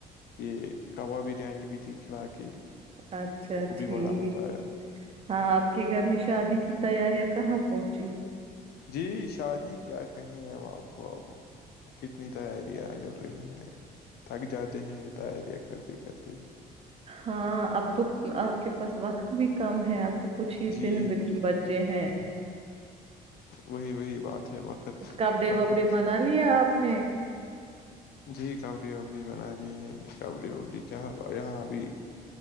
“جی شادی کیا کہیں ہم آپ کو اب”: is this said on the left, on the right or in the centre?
Left